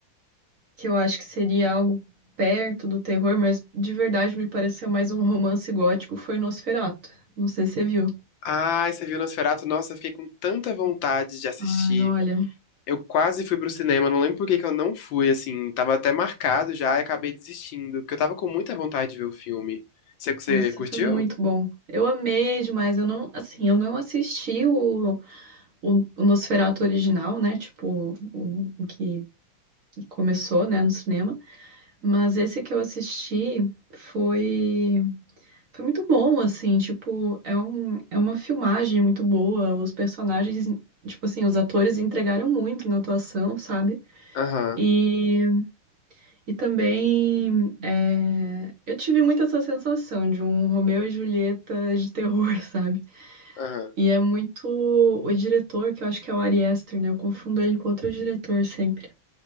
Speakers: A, on the right; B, on the left.
A: que eu acho que seria algo perto do terror, mas de verdade me pareceu mais um romance gótico, foi Nosferatu. Não sei se você viu.
B: Ai, você viu Nosferatu? Nossa, eu fiquei com tanta vontade de assistir.
A: Ai, olha,
B: Eu quase fui pro cinema, não lembro por que que eu não fui, assim. Tava até marcado já e acabei desistindo, porque eu tava com muita vontade de ver o filme. Você, você
A: nossa,
B: curtiu?
A: foi muito bom. Eu amei demais. Eu não, assim, eu não assisti o, o, o Nosferatu original, né? Tipo, o, o que começou, né, no cinema. Mas esse que eu assisti foi. Foi muito bom, assim, tipo, é um, é uma filmagem muito boa. Os personagens, tipo assim, os atores entregaram muito na atuação, sabe?
B: Aham,
A: E, e também é, eu tive muito essa sensação de um Romeu e Julieta de terror, <laughs> sabe?
B: aham.
A: E é muito o diretor, que eu acho que é o Ari Aster, né? Eu confundo ele com outro diretor sempre.